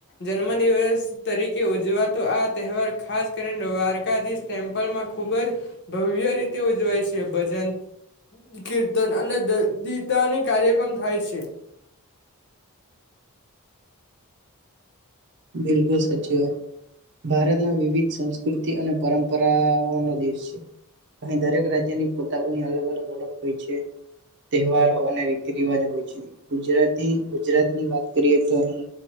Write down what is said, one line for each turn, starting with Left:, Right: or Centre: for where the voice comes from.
Left: જન્મ દિવસ તરીકે ઉજવાતો આ તહેવાર ખાસ કરીને દ્વારકાધીશ ટેમ્પલમાં ખુબ જ ભવ્ય રીતે. ઉજવાય છે ભજન કીર્તન અને દતાની કાર્યક્રમ થાય છે.
Right: બિલલ સાચી વા ભારતમાં વિવિધ સંસ્કૃતિ અને પરંપરાઓ ન દેશ છે અહી દરેક રાજ્યની પોતાની અલગ અલગ ઓળખ હોય છે તહેવારો અને રીતિ રિવાજ હોય છે ગુજરાતી ગુજરાતની વાત કરીએ તો અહી